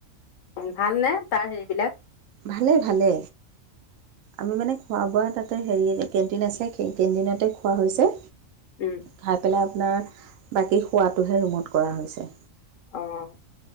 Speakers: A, on the left; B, on the right.
A: ভাল নে তাৰ হেৰি বিলাক।
B: ভালে ভালে। আমি মানে খোৱা বোৱা তাতে হেৰি কেণ্টিন আছে সেই কেণ্টিনতে খোৱা হৈছে।
A: উম,
B: খাই পেলাই আপোনাৰ বাকী শোৱাটোহে ৰুমত কৰা হৈছে।
A: অ',